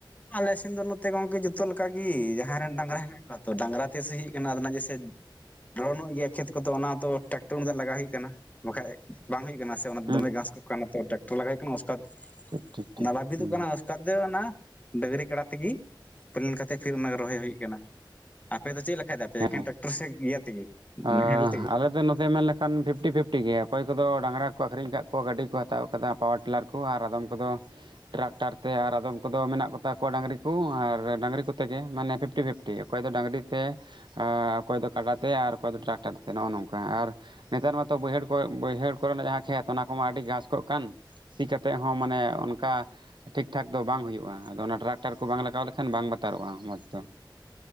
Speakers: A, on the left (about 20°); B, on the right (about 70°).
A: ᱟᱞᱮ ᱥᱮᱱ ᱫᱚ ᱱᱚᱛᱮ ᱜᱚᱝᱠᱮ ᱡᱚᱛᱚ ᱞᱮᱠᱟᱜᱮ ᱡᱟᱦᱟᱸᱭ ᱨᱮᱱ ᱰᱟᱝᱨᱟ ᱦᱮᱱᱟᱜ ᱠᱚᱣᱟ ᱛᱚ ᱰᱟᱝᱨᱟ ᱛᱮ ᱥ ᱦ ᱠᱟᱱᱟ ᱟᱱᱟᱜ ᱡᱮᱭᱥᱮ ᱰᱨᱳᱚᱱᱚᱜ ᱜᱮᱭᱟ ᱠᱷᱮᱛ ᱠᱚᱫᱚ ᱚᱱᱟ ᱫᱚ ᱴᱨᱟᱠᱴᱚᱨ ᱢ ᱞᱟᱜᱟᱣ ᱦᱩᱭᱩᱜ ᱠᱟᱱᱟ ᱵᱟᱠᱷᱟᱡ ᱵᱟᱝ ᱦᱩᱭᱩᱜ ᱠᱟᱱᱟ ᱥᱮ ᱚᱱᱟ
B: ᱦᱩᱸ
A: ᱫᱚᱢᱮ ᱜᱷᱟᱥᱚᱜ ᱠᱟᱱᱟ ᱴᱨᱟᱠᱴᱚᱨ ᱞᱟᱜᱟᱣ ᱦᱩᱭᱩᱜ ᱠᱟᱱᱟ ᱚᱥᱠᱟᱫ
B: ᱴᱷᱤᱠ ᱴᱷᱤᱠ ᱴᱷᱤᱠ
A: ᱚᱱᱟ ᱞᱵᱤᱫᱚᱜ
B: ᱦᱩᱸ
A: ᱠᱟᱱᱟ ᱩᱥᱠᱟᱫᱽᱛᱮ ᱚᱱᱟ ᱰᱟᱹᱝᱨᱤ ᱠᱟᱰᱟ ᱛᱮᱜᱮ ᱯᱟ. ᱞᱮᱱ ᱠᱟᱛᱮᱫ ᱯᱷᱤᱨ ᱚᱱᱟ ᱨᱚᱦᱚᱭ ᱦᱩᱭᱩᱜ ᱠᱟᱱᱟ ᱟᱯᱮ ᱫᱚ ᱪᱮᱫ ᱞᱮᱠᱟᱭ ᱫᱟᱯᱮ
B: ᱦᱮᱸ
A: ᱮᱠᱮᱱ
B: ᱦᱮᱸ
A: ᱴᱨᱟᱠᱴᱚᱨ ᱥᱮᱫ ᱤᱭᱟᱹ ᱛᱮᱜᱮ?
B: ᱟᱞᱮ
A: ᱱᱟᱦᱮᱞ ᱛᱮᱜᱮ
B: ᱫᱚ ᱱᱚᱛᱮ ᱢᱮᱱ ᱞᱮᱠᱷᱟᱱ ᱯᱷᱤᱯᱴᱤ ᱯᱷᱤᱯᱴᱤ ᱜᱮ ᱚᱠᱚᱭ ᱠᱚᱫᱚ ᱰᱟᱝᱨᱟ ᱠᱚ ᱟᱹᱷᱠᱷᱨᱤᱧ ᱠᱫ ᱠᱚᱣᱟ ᱜᱟᱹᱰᱤ ᱠᱚ ᱦᱟᱛᱟᱣ ᱟᱠᱟᱫᱟ ᱯᱟᱣᱟᱨ ᱴᱤᱞᱟᱨ ᱠᱚ ᱟᱨ ᱟᱫᱚᱢ ᱠᱚᱫᱚ ᱴᱨᱟᱠᱴᱟᱨ ᱛᱮ ᱟᱨ ᱟᱫᱚᱢ ᱠᱚᱫᱚ ᱢᱮᱱᱟᱜ ᱠᱚᱛᱟ ᱠᱚᱣᱟ ᱰᱟᱹᱟᱝᱨᱤ ᱠᱚ ᱟᱨ ᱰᱟᱹᱝᱨᱤ ᱠᱚᱛᱮᱜᱮ ᱢᱟᱱᱮ ᱯᱷᱤᱯᱴᱤ ᱯᱷᱤᱯᱴᱤ ᱚᱠᱚᱭ ᱫᱚ ᱰᱟᱹᱝᱨᱤ ᱛᱮ ᱚᱠᱚᱭ ᱫᱚ ᱠᱟᱰᱟ ᱛᱮ ᱟᱨ ᱚᱭ ᱫᱚ ᱴᱨᱟᱠᱴᱟᱨ ᱛᱮ ᱱᱚᱜᱼᱚ ᱱᱚᱝᱠᱟ ᱟᱨ ᱱᱮᱛᱟᱨ ᱢᱟᱛᱚ ᱵᱟᱹᱭᱦᱟᱹᱲ ᱠᱚ ᱵᱟᱹᱭᱦᱟᱹᱲ ᱠᱚᱨᱮᱱᱟᱜ ᱡᱟᱦᱟᱸ ᱠᱷᱮᱛ ᱚᱱᱟ ᱠᱚᱢᱟ ᱟᱹᱰᱤ ᱜᱷᱟᱥ ᱠᱚ ᱠᱟᱱ ᱥᱤ ᱠᱟᱛᱮᱫ ᱦᱚᱸ ᱢᱟᱱᱮ ᱚᱱᱠᱟ ᱴᱷᱤᱠ ᱴᱷᱟᱠ ᱫᱚ ᱵᱟᱝ ᱦᱩᱭᱩᱜᱼᱟ ᱟᱫᱚ ᱚᱱᱟ ᱴᱨᱟᱠᱴᱟᱨ ᱠᱚ ᱵᱟᱝ ᱞᱟᱜᱟᱣ ᱞᱮᱠᱷᱟᱱ ᱵᱟᱝ ᱵᱟᱛᱚᱜᱼᱟ ᱦᱟᱛᱟᱨᱚᱜᱼᱟ ᱢᱚᱸᱡᱽ ᱫᱚ